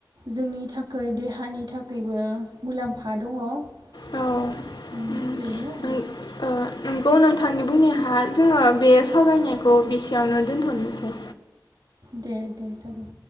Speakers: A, on the right; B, on the left.
A: जोंनि थाख खै देहानि थाखैबो मुलाम्फा दङ। ओम
B: नों
A: बेनो आरो।
B: ओ नंगौ नोंथांनि बुंनायाह जोङो बे सावरायनायखौ बेसेयावनो दोनथनोसै।
A: दे दे जागोन।